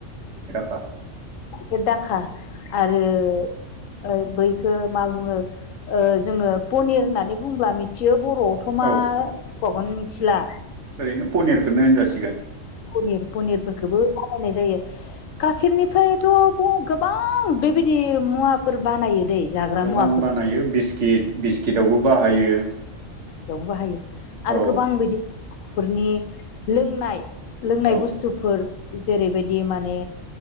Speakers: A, on the right; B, on the left.
A: बा
B: गायखेर दाखा आरो ओ बैखो मा बुङो ओ जोङो पनिर होननानै बुंब्ला मिथियो। बर'आवथ' मा
A: औ
B: बुंबावगोन मिथिला,
A: ओरैनो पनियरखौनो होनजासि
B: पनिर पनिरफोरखौबो, बानायनाय जायो गाखेरनिफ्रायथ' गोबां बेबायदि मुवाफोर बानायो। दै जाग्रा
A: गोबां
B: मुवाफोर
A: बानायो बिस्किट बिस्किटावबो बाहायो।
B: यावबो बाहायो आरो
A: औ
B: गोबां बिदिफोरनि लोंनाय, लोंनाय
A: औ
B: बुस्थुफोर जेरैबायदि माने,